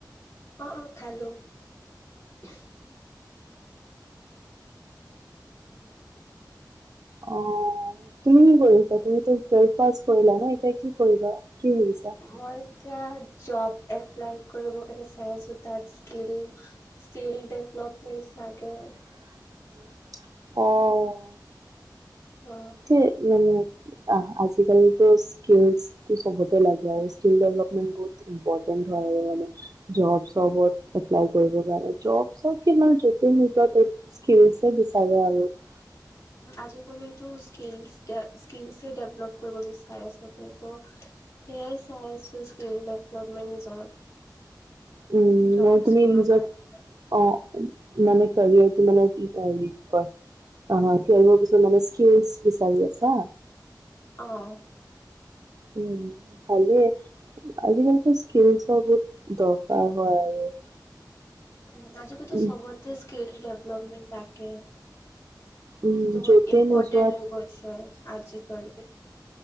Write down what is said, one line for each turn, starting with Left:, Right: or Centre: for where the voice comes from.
Left: অ অ খালো <inaudible>
Right: অঁ তুমি কি কৰিছা তুমিটো টোৱেলভ পাছ কৰিলা ন, এতিয়া কি কৰিবা? কি ভাবিছা
Left: মই এতিয়া জব। এপ্লাই কৰিব কাৰণে চাইছো তাত স্কিল স্কিল ডভলপমেন্ট চাগে
Right: উম <unintelligible> অঁ।
Left: অ
Right: এ মে আহ আজিকালটো। স্কিলটো সবতে লাগে আৰু স্কিল ডেভলপমেন্ট বহুত ইম্পৰটেণ্ট হয় আৰু মানে জব যবত এপ্লাই কৰিব কাৰণে, জব চব, স্ক্ৰিল বিচাৰে আৰু উ <unintelligible>
Left: আজিকালতো স্কিল স্কিলছে ডেভলপ কৰিব বিচাৰে আচলতে তো সয়াই চাই আছো স্কিল ডেভলপমেণ্ট নিজৰ
Right: উম
Left: জবছবোৰৰ
Right: মই তুমি নিজক
Left: কাৰণে
Right: আহঁ মানে কাৰটো মানে কি ক অঁ পিছত মানে বিচাৰি আছা।
Left: অঁহ।
Right: উম ভালে। আজিকালিতো স্কিল চ বুত দৰকাৰ হয় আৰু
Left: উ আজিকেতো
Right: উম
Left: সবতে স্কিল ডেভলপমেট থাকে।
Right: উম
Left: টো বত
Right: য'তে
Left: ইম্পৰ্টেণ্ট
Right: নোযোৱা
Left: হৈ গৈছে আজিকালি।